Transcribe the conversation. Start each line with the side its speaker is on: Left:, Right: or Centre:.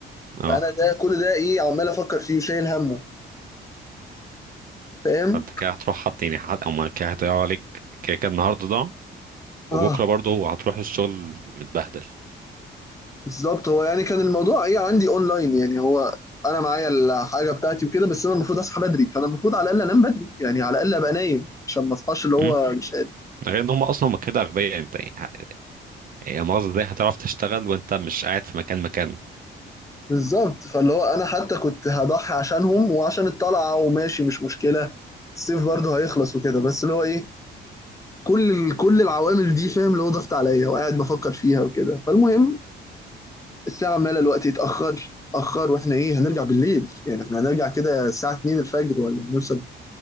Right: اه
Left: فانا ده كل ده ايه عمال افكر فيه وشايل همه فاهم
Right: فانت كده هتروح حط يعني حد او ما كده هيضيعوا عليك كده كده النهارده ده وبكره
Left: اه
Right: برضه هو هتروح الشغل متبهدل
Left: بالظبط هو يعني كان الموضوع ايه عندي اونلاين يعني هو انا معايا الحاجه بتاعتي وكده بس انا المفروض اصحى بدري فانا المفروض على الاقل انام بدري يعني على الاقل ابقى نايم عشان ما اصحاش اللي هو
Right: إمم.
Left: مش قادر
Right: ده غير ان هم اصلا هم كده اغبياء انت يعني ه- يعني مؤاخذة ازاي هتعرف تشتغل وانت مش قاعد في مكان مكان
Left: بالظبط فاللي هو انا حتى كنت هضحي عشانهم وعشان الطلعه وماشي مش مشكله الصيف برضه هيخلص وكده بس اللي هو ايه كل كل العوامل دي فاهم اللي هو ضغط عليا وقاعد بفكر فيها وكده فالمهم الساعه عماله الوقت يتاخر اتاخر واحنا ايه هنرجع بالليل يعني احنا هنرجع كده الساعه 2 الفجر ولا هنوصل